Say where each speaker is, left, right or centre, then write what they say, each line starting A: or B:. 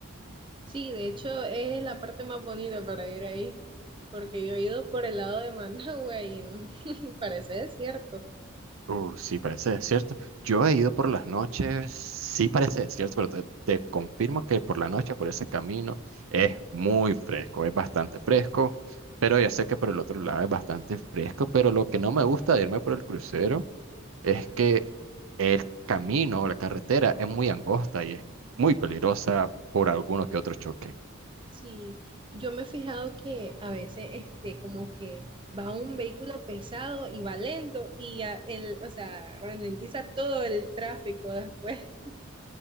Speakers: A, on the right; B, on the right.
A: Sí, de hecho es la parte más bonita para ir ahí, porque yo he ido por el lado de Managua y <laughs> parece desierto.
B: Uh, sí, parece desierto. Yo he ido por las noches, sí parece desierto, pero te, te confirmo que por la noche, por ese camino, es muy fresco, es bastante fresco, pero ya sé que por el otro lado es bastante fresco, pero lo que no me gusta de irme por el crucero es que el camino o la carretera es muy angosta y es muy peligrosa por alguno que otro choque.
A: Sí, yo me he fijado que a veces este, como que va un vehículo pesado y va lento y a- el, o sea, ralentiza todo el tráfico después. <laughs>